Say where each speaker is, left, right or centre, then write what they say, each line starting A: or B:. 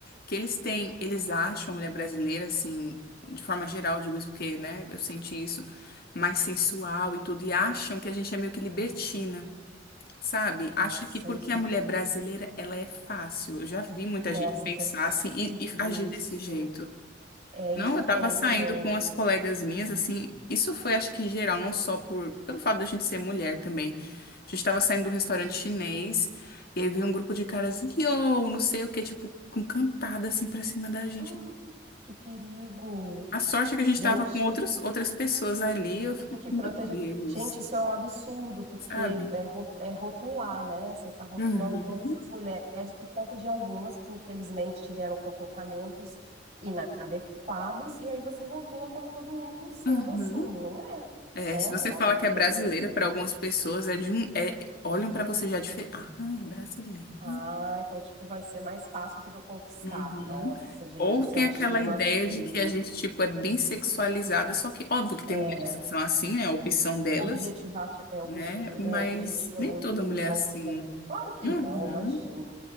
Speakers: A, on the left (about 55°); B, on the right (about 35°).
A: que eles têm, eles acham a mulher brasileira, assim, de forma geral, digo isso porque, né, eu senti isso, mais sensual e tudo, e acham que a gente é meio que libertina, sabe?
B: Nossa,
A: Acha que porque
B: isso,
A: a mulher brasileira, ela é fácil. Eu já vi muita
B: nossa,
A: gente pensar
B: que absurdo
A: assim e, e agir
B: isso.
A: desse jeito.
B: É,
A: Não,
B: isso
A: eu
B: tem
A: tava saindo
B: também.
A: com as colegas minhas, assim, isso foi acho que geral, não só por, pelo fato da gente ser mulher também. A gente tava saindo do restaurante chinês, e aí veio um grupo de caras, yo, não sei o que, tipo, com cantada assim pra cima da gente.
B: <gasps> Que perigo.
A: A sorte é que
B: Gente,
A: a gente tava com outras, outras pessoas ali, eu fiquei, tipo,
B: que proteger.
A: meu Deus,
B: Gente, isso é um absurdo, porque
A: sabe?
B: é, ro- é rotular, né? Você está rotulando
A: Uhum,
B: todas as mulheres por conta de algumas que, infelizmente, tiveram comportamentos inadequados, e aí você rotula como todo mundo sendo
A: uhum.
B: assim, não é,
A: É,
B: né?
A: se você
B: Pelo
A: fala
B: amor
A: que
B: de
A: é
B: Deus.
A: brasileira, pra algumas pessoas é de um, é, olham pra você já diferente. Ah, é brasileira.
B: Ah, então, tipo, vai ser mais fácil para eu conquistar.
A: Uhum.
B: Nossa, gente,
A: Ou
B: isso
A: tem
B: é um estigma
A: aquela ideia
B: feio.
A: de que a gente, tipo, é bem sexualizada, só que óbvio que
B: É.
A: tem mulheres que são assim, né? A opção delas,
B: Objetivar, é, objetivo,
A: né? Mas
B: né? Objetivo é
A: nem
B: muito
A: toda mulher
B: questão
A: é assim.
B: do corpo. Claro que
A: Uhum,
B: não, imagina.